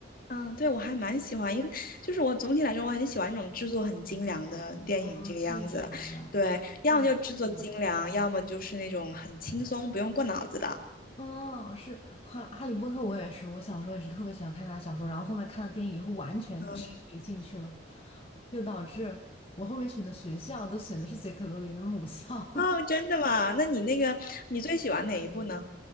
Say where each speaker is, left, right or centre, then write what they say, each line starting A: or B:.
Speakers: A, on the left; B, on the left.
A: 嗯，对，我还蛮喜欢，因为就是我总体来说，我很喜欢那种制作很精良的电影这个样子。
B: 嗯，确实，
A: 对，要么就制作精良，
B: 大制作。
A: 要么就是那种很轻松，不用过脑子的。
B: 嗯，是哈《哈利波特》，我也是，我小时候也是特别喜欢看他的小说，然后后面看了电影以后，完全痴迷进去了，
A: 嗯
B: 就导致我后面选的学校都选的是杰克罗琳的母校。
A: 哦，
B: <laughs>
A: 真的吗？那你那个，你最喜欢哪一部呢？